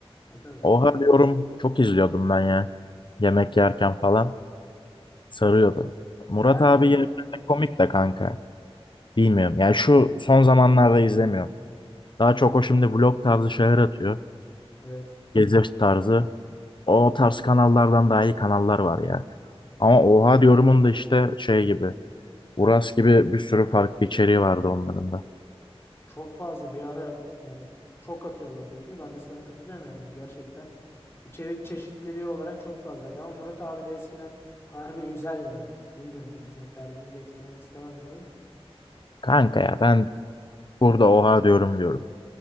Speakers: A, on the left (about 25°); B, on the left (about 50°).
A: E tabii.
B: Oha diyorum çok izliyordum ben ya. Yemek yerken falan sarıyordu. Murat
A: Ya ben
B: abi
A: de yani
B: gerçekten komik de kanka. Bilmiyorum yani şu son zamanlarda izlemiyorum. Daha çok o şimdi vlog tarzı şeyler atıyor.
A: evet
B: Gezi tarzı. O tarz kanallardan daha iyi kanallar var ya. Ama oha diyorumun da işte şey gibi. Uras gibi bir sürü farklı içeriği vardı onların da.
A: çok fazla bir ara yani çok atıyorlardı video. Ben de sana katılıyorum yani gerçekten. içerik çeşitliliği olarak çok fazlaydı ama Murat abi de eskiden harbi güzel yani. Bilmiyorum şimdi senin tercihini de etkilemek istemem burada da.
B: Kanka ya ben burada oha diyorum diyorum.